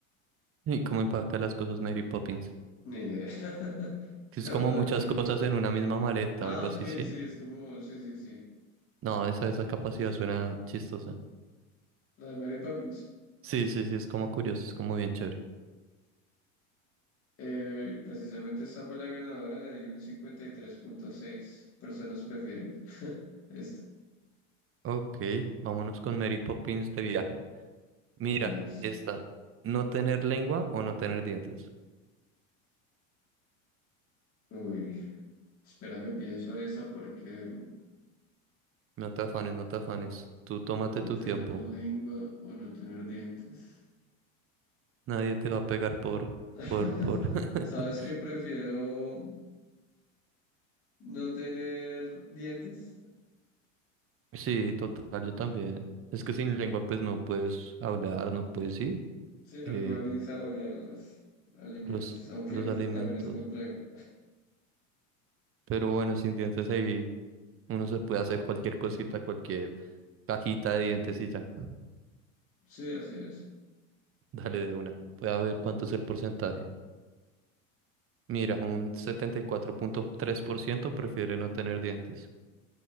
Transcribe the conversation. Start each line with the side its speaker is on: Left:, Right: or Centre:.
Right: <laughs> ¿Y cómo empacar las cosas Mary Poppins?
Left: Ni idea. <laughs>
Right: Que
Left: La
Right: es como
Left: verdad
Right: muchas
Left: no tengo
Right: cosas
Left: idea.
Right: en una misma maleta
Left: Ah,
Right: o algo así,
Left: ok,
Right: ¿sí?
Left: sí, es como, sí, sí, sí.
Right: No, esa, esa capacidad suena chistosa.
Left: La de Mary Poppins.
Right: Sí, sí, sí, es como curioso, es como bien chévere.
Left: Eh, precisamente esta fue la ganadora de un cincuenta y tres punto seis personas prefieren <laughs> esta.
Right: Ok, vámonos con Mary Poppins de viaje. Mira,
Left: Listo.
Right: esta, no tener lengua o no tener dientes.
Left: Uy, espérame, pienso esa porque
Right: No te afanes, no te afanes. Tú tómate
Left: No
Right: tu
Left: tener
Right: tiempo.
Left: lengua o no tener dientes.
Right: Nadie te va a pegar por,
Left: <laughs>
Right: por, por. <laughs>
Left: ¿Sabes qué? Prefiero no tener dientes.
Right: Sí, total, yo también. Es que sin lengua pues no puedes hablar, no puedes, sí,
Left: Sí, no
Right: eh,
Left: puedo ni saborear los alimentos,
Right: los,
Left: aunque
Right: los
Left: uf,
Right: alimentos.
Left: también es complejo.
Right: Pero bueno, sin dientes ahí uno se puede hacer cualquier cosita, cualquier cajita de dientes y ya. <laughs>
Left: Sí, así es.
Right: Dale de una. Voy a ver cuánto es el porcentaje. Mira, un setenta y cuatro punto tres por ciento prefiere no tener dientes.